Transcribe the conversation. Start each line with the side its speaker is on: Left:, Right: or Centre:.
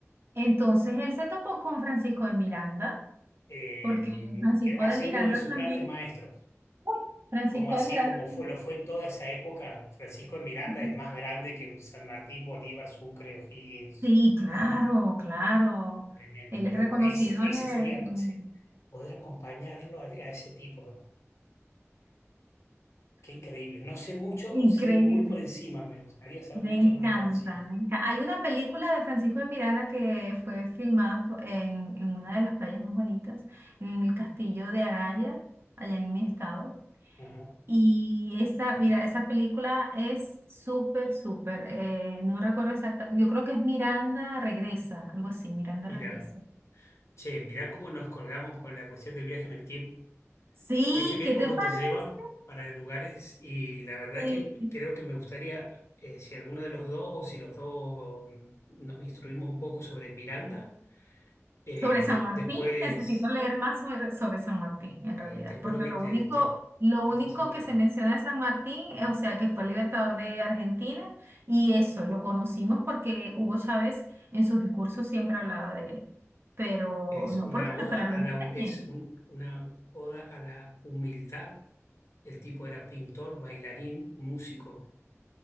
Right: entonces él se topó con Francisco de Miranda,
Left: eh,
Right: porque Francisco
Left: que ha
Right: de
Left: sido
Right: Miranda
Left: uno de sus
Right: también,
Left: grandes maestros.
Right: uy, Francisco
Left: Como así,
Right: de Miranda
Left: como
Right: también.
Left: fue, lo fue en toda esa época, Francisco de Miranda
Right: Ujú.
Left: es más grande que San Martín, Bolívar, Sucre, O'Higgins.
Right: Sí, claro, claro.
Left: Tremendo.
Right: Él
Left: Bueno,
Right: es reconocido,
Left: ese,
Right: en
Left: ese
Right: el-
Left: sería
Right: mm,
Left: o sea, poder acompañarlo a, a ese tipo. Qué increíble. No sé mucho,
Right: increíble.
Left: sé muy por encima. Me gustaría saber
Right: Me
Left: mucho
Right: encanta,
Left: más de Francisco.
Right: me encanta. Hay una película de Francisco de Miranda que fue filmada po- en, en una de las playas más bonitas, en el castillo de Araya, allá en mi estado.
Left: Ajá.
Right: Y esa, mira, esa película es súper, súper, eh, no recuerdo exacta, yo creo que es Miranda Regresa, algo así, Miranda
Left: Mira,
Right: Regresa.
Left: che, mira cómo nos colgamos con la cuestión del viaje en el tiempo.
Right: Sí,
Left: Viste que
Right: ¿qué
Left: cómo
Right: te parece?
Left: te lleva para lugares y la verdad
Right: Sí.
Left: que creo que me gustaría, eh, si alguno de los dos o si los dos mm, nos instruimos un poco sobre Miranda, eh,
Right: Sobre San
Left: des-
Right: Martín,
Left: después
Right: necesito leer más sobre, sobre San Martín, en
Left: eh,
Right: realidad,
Left: te juro
Right: porque
Left: que
Right: lo
Left: te,
Right: único,
Left: te
Right: lo único
Left: te fascinaría.
Right: que se menciona de San Martín, eh, o sea, que fue el libertador de Argentina, y eso, lo conocimos porque Hugo Chávez en sus discursos siempre hablaba de él, pero
Left: Es
Right: no
Left: una
Right: porque en
Left: oda
Right: la escuela lo
Left: a
Right: enseñen.
Left: la, es un- una oda a la humildad. El tipo era pintor, bailarín, músico,